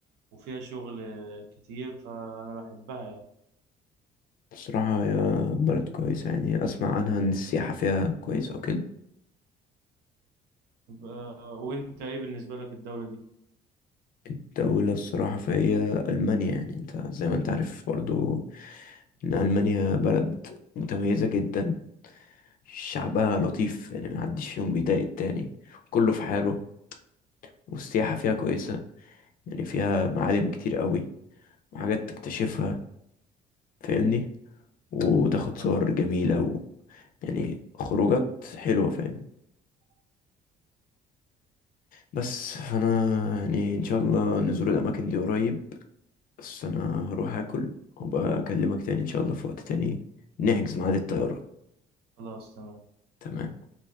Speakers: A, on the right (about 80°); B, on the left (about 55°).
A: وفيها شغل آه، كتير فأنا بحبها يعني
B: الصراحة هي بلد كويسة يعني أسمع عنها إن السياحة فيها كويسة وكده
A: ب- آه، وأنت إيه بالنسبة لك الدولة دي؟
B: الدولة الصراحة فهي ألمانيا يعني أنت زي ما أنت عارف برضو إن ألمانيا بلد متميزة جدا شعبها لطيف يعني محدش فيهم بيضايق التاني كله في حاله والسياحة فيها كويسة يعني فيها معالم كتير قوي وحاجات تكتشفها فاهمني وتاخد
A: آه،
B: صور جميلة و... يعني خروجات حلوة فاهم بس فانا يعني ان شاء الله نزور الاماكن دي قريب بس انا هروح اكل وبقى اكلمك تاني ان شاء الله في وقت تاني نحجز ميعاد الطيارة
A: خلاص تمام
B: تمام